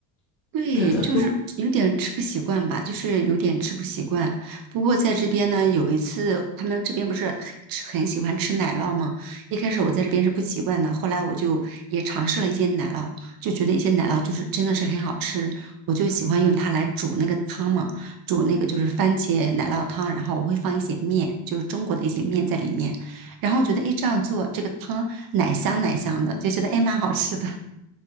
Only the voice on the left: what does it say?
对的，
跟我